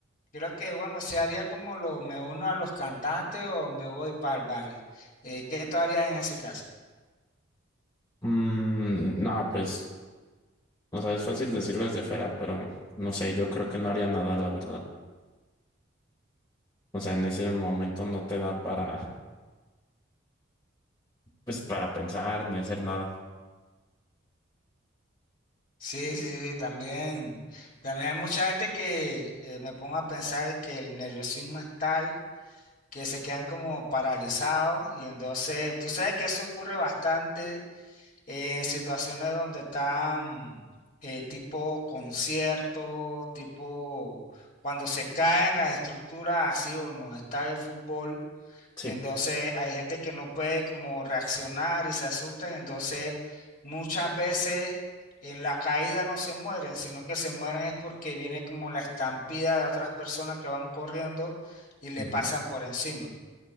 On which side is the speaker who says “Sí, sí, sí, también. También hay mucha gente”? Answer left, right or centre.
Left